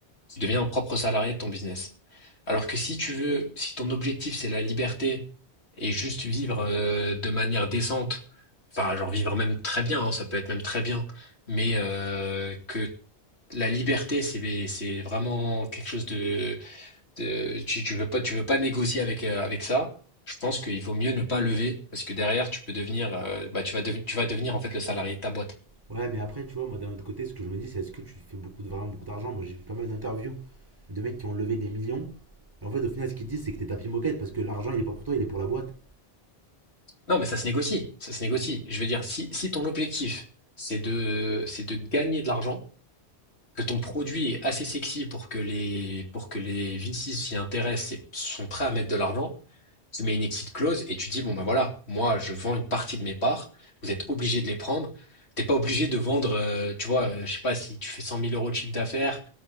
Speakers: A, on the left; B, on the right.
A: Tu deviens un propre salarié de ton business. Alors que si tu veux, si ton objectif c'est la liberté et juste vivre euh, de manière décente, enfin genre vivre même très bien, hein, ça peut être même très bien, mais euh, que la liberté c'est c'est vraiment quelque chose de, de- tu, tu veux pas tu veux pas négocier avec euh, avec ça. Je pense qu'il vaut mieux ne pas lever parce que derrière tu peux devenir euh, bah tu vas dev- tu vas devenir en fait le salarié de ta boîte.
B: Ouais, mais après, tu vois, moi d'un autre côté, ce que je me dis, c'est est-ce que tu fais beaucoup de, vraiment beaucoup d'argent Moi, j'ai vu pas mal d'interviews de mecs qui ont levé des millions. Et en fait, au final, ce qu'ils disent, c'est que t'es tapis moquette parce que l'argent, il est pas pour toi, il est pour la boîte.
A: Non, mais ça se négocie, ça se négocie. Je veux dire, si, si ton objectif, c'est de, c'est de gagner de l'argent, que ton produit est assez sexy pour que les, pour que les VC s'y intéressent et sont prêts à mettre de l'argent, tu mets une exit clause et tu dis, bon ben voilà, moi je vends une partie de mes parts, vous êtes obligé de les prendre. T'es pas obligé de vendre, euh, tu vois, euh, je sais pas, si tu fais cent mille euros de chiffre d'affaires,